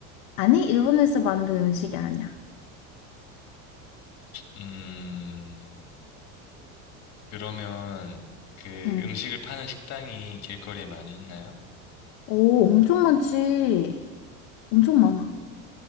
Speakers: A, on the left; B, on the left.
A: 아니, 일본에서 만든 음식이 아니야.
B: 음, 그러면 그
A: 응.
B: 음식을 파는 식당이 길거리에 많이 있나요?
A: 오, 엄청 많지. 엄청 많아.